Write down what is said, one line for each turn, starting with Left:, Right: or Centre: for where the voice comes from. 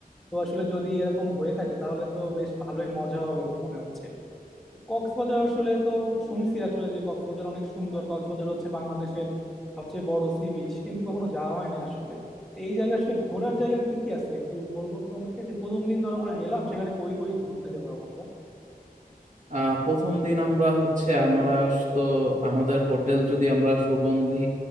Centre: তো আসলে যদি এরকম হয়ে থাকে তাহলে তো বেশ ভালোই মজা হবে মনে হচ্ছে কক্সবাজার আসলে তো শুনছি আসলে যে কক্সবাজার অনেক সুন্দর কক্সবাজার হচ্ছে বাংলাদেশের সবচেয়ে বড় সি বিচ কিন্তু কখনো যাওয়া হয় না আসলে তো এই জায়গায় আসলে ঘোরার জায়গা কি কি আছে একটু বলবো তো আমাকে যে প্রথম দিন ধর আমরা গেলাম সেখানে কই কই ঘুরতে যাবো আমরা
Right: আহ প্রথম দিন আমরা হচ্ছে আমরা তো আমাদের হোটেল যদি আমরা সুগন্ধি